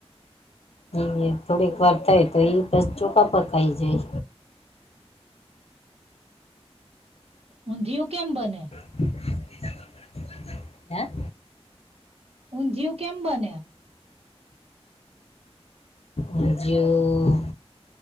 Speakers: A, on the left (about 70°); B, on the right (about 70°).
A: ઈન ઇન થોડીક વાર થાય, તો એ પછ ચોખા પકાઈ જાય.
B: ઊંધિયુ કેમ બને?
A: <inaudible> હેં?
B: ઊંધિયું કેમ બને?
A: ઊંધિયું